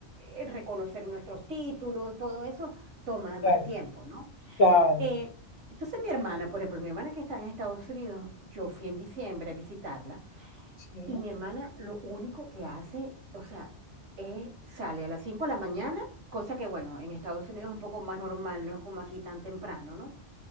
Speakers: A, on the right; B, on the left.
A: eh, reconocer nuestros títulos, todo eso toma más
B: claro,
A: tiempo, ¿no?
B: claro.
A: Eh, entonces mi hermana, por ejemplo, mi hermana que está en Estados Unidos, yo fui en diciembre a visitarla.
B: Sí,
A: Y mi hermana lo único que hace, o sea, es sale a las 5 de la mañana, cosa que bueno, en Estados Unidos es un poco más normal, no es como aquí tan temprano, ¿no?